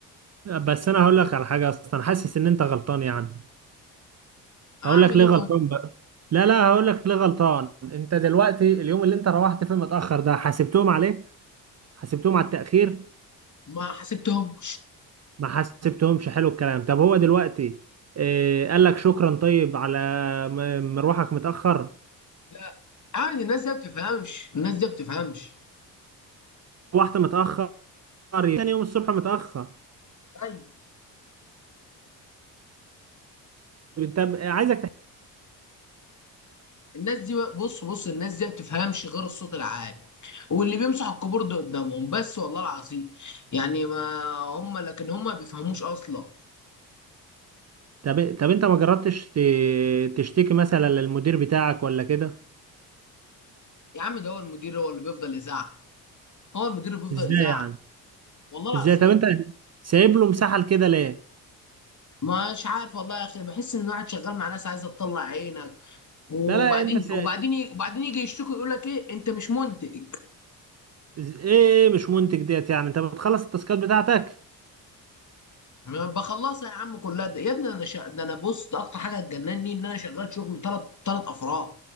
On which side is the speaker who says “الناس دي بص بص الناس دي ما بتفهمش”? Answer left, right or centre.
Left